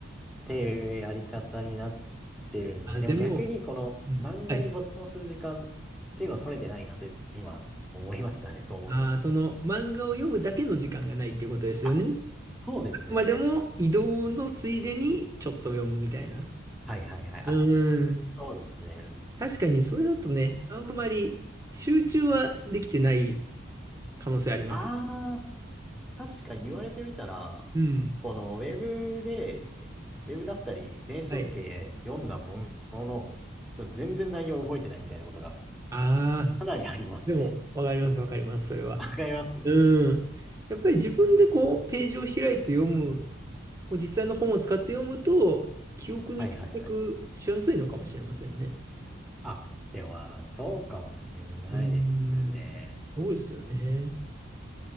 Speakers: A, in the centre; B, on the right.
A: ていうやり方になってるんで、
B: あ、
A: でも逆にこの漫画に没頭する時間っていうのを取れてないなと今思いましたね、
B: でも、うん。はい
A: そう思うと。
B: ああ、その漫画を読むだけの時間がないっていうことですよね。
A: あ、そうですね。
B: あくまでも移動のついでにちょっと読むみたいな。
A: はいはいはい。あ、
B: うーん。
A: そうですね。
B: 確かにそれだとね、あんまり集中はできてない可能性ありますよ。
A: ああ、確かに言われてみたら、
B: うん。
A: このウェブで、ウェブだったり、電子書籍で読んだものの、
B: はい。
A: ちょっと全然内容を覚えてないみたいなことが
B: ああ、
A: かなりありますね。
B: でもわかります、わかります、それは。
A: <laughs> わかります
B: うん。やっぱり自分でこう、ページを開いて読む、こう実際の本を使って読むと、記憶に定着しやすいのかもしれませんね。
A: はいはいはい。あ、では、そうかもしれないですね。
B: うーん。そうですよね。